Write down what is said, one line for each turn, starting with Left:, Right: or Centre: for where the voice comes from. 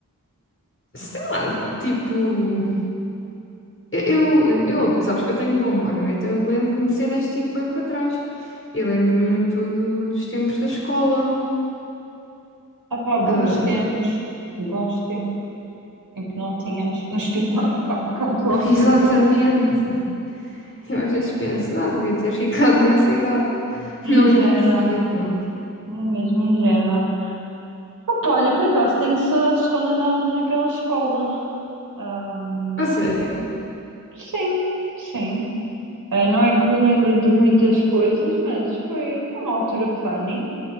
Left: sei lá, tipo. Eu, eu, eu- sabes que eu tenho boa memória, né? Então eu lembro-me de cenas tipo é para trás. eu lembro-me muito do- dos tempos da escola.
Right: Ah pá,
Left: Ah,
Right: bons tempos. Bons tempos em que não tínhamos que nos preocupar <laughs> com contas.
Left: <laughs> exatamente. Eu às vezes penso, ah, devia ter ficado nessa idade.
Right: Ingênuo,
Left: Não envelhecia, pronto.
Right: não é mesmo ingênuo. Opa, olha, por acaso tenho saudades de quando andávamos naquela escola. Ahm,
Left: A sério?
Right: sim, sim. Ah, não é que me lembro de muitas coisas, mas foi, foi uma altura funny,